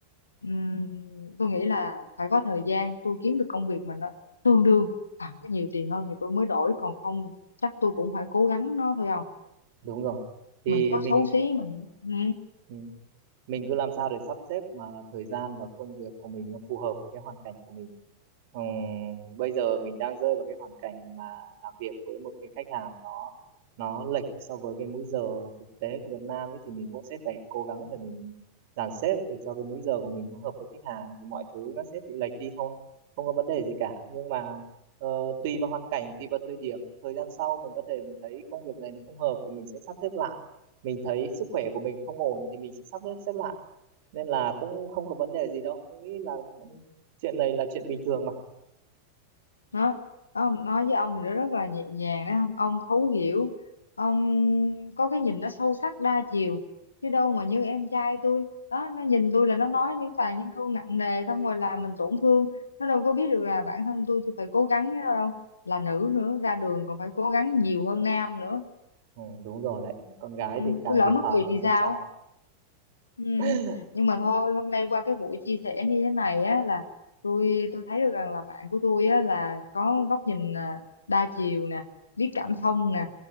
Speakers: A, on the left (about 75°); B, on the right (about 50°).
A: Ừm, tôi nghĩ là phải có thời gian tôi kiếm được công việc mà nó tương đương hoặc có nhiều tiền hơn thì tôi mới đổi còn không chắc tôi cũng phải cố gắng nó thôi không
B: đúng rồi thì
A: mình có
B: mình
A: xấu xí mình ừ,
B: ừ, mình cứ làm sao để sắp xếp mà thời gian và công việc của mình nó phù hợp với cái hoàn cảnh của mình Ừm, bây giờ mình đang rơi vào cái hoàn cảnh mà làm việc với một cái khách hàng nó nó lệch so với cái múi giờ thực tế của Việt Nam ấy thì mình cũng sẽ phải cố gắng để mình dàn xếp để cho cái múi giờ của mình nó hợp với khách hàng thì mọi thứ nó sẽ bị lệch đi thôi không có vấn đề gì cả nhưng mà ờ, tùy vào hoàn cảnh tùy vào thời điểm thời gian sau mình có thể mình thấy công việc này nó không hợp thì mình sẽ sắp xếp lại mình thấy sức khỏe của mình không ổn thì mình sẽ sắp xếp xếp lại nên là cũng không có vấn đề gì đâu tôi nghĩ là cũng- chuyện này là chuyện bình thường mà
A: nó nó nói với ông thì nó rất là nhẹ nhàng đấy không ông thấu hiểu ông có cái nhìn nó sâu sắc đa chiều chứ đâu mà như em trai tôi đó nó nhìn tôi là nó nói những toàn những câu nặng nề xong rồi làm mình tổn thương nó đâu có biết được là bản thân tôi tôi phải cố gắng với nó đâu là nữ nữa ra đường còn phải cố gắng nhiều hơn nam nữa
B: ừ, đúng rồi đấy con gái
A: ừ,
B: thì càng
A: tôi lỡ
B: thiệt
A: mất
B: thòi
A: việc
B: hơn
A: thì
B: con
A: sao
B: trai
A: Ừ.
B: <laughs> ừ.
A: Nhưng mà thôi hôm nay qua cái buổi chia sẻ như thế này á là tôi tôi thấy được rằng là bạn của tôi á là có góc nhìn à, đa chiều nè biết cảm thông nè